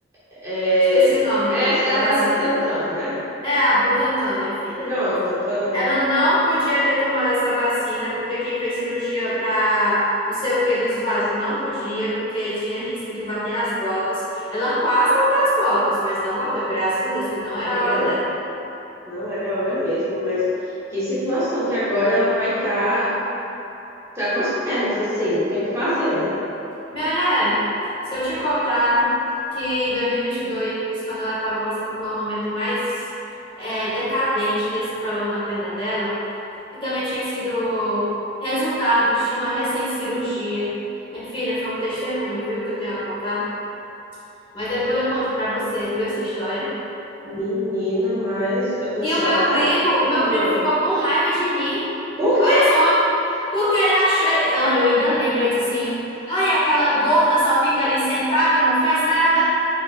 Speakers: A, on the right (about 15°); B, on the left (about 30°).
A: É,
B: Esqueci o nome
A: essa é
B: da
A: a
B: vacina.
A: da Butantan, né?
B: É a Butantan, minha filha.
A: Pronto, tá.
B: Ela não podia ter tomado essa vacina, porque quem fez cirurgia para não sei o que dos vasos não podia, porque tinha risco de bater as botas. Ela quase bateu as botas, mas não bateu, graças a Deus, porque não
A: Ainda
B: era a
A: bem.
B: hora dela.
A: Não era a hora mesmo, mas que situação que agora ela vai estar tá, tá com as pernas assim, tem o que fazer, né?
B: Minha mulher, se eu te contar que em 2022, quando ela estava passando pelo momento mais é, decadente desse problema na perna dela, que também tinha sido resultado de uma recente cirurgia. Minha filha, foi um testemunho, viu, que eu tenho a contar. Mas depois eu conto pra você, viu, essa história.
A: Menina, mas eu tô
B: E
A: chocada.
B: o meu primo, o meu
A: Ah,
B: primo ficou com raiva de mim.
A: por
B: Olha
A: quê?
B: só uma. Porque ele achou. Olha, eu ainda lembro, ele disse assim: ai, aquela gorda só fica ali sentada, não faz nada.